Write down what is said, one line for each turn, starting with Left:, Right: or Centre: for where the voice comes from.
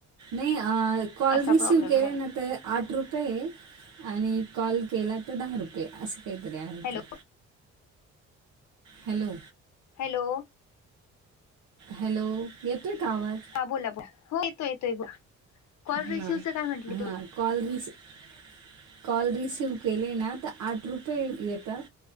Right: नाही कॉल
Left: असा
Right: रिसीव्ह
Left: प्रॉब्लेम
Right: केल्यानंतरन
Left: झाला
Right: आठ रुपये आणि कॉल केला तर दहा रुपये असे काहीतरी आहे
Left: हॅलो
Right: ते. हॅलो
Left: हॅलो
Right: हॅलो येतोय का आवाज?
Left: हा बोला बोला, हो येतो येतोय बोला. कॉल
Right: हा
Left: रिसिव्हचं काय म्हटले
Right: हा
Left: तुम्ही
Right: कॉल रिसीव्ह. कॉल रिसीव्ह केले ना तर आठ रुपये येतात.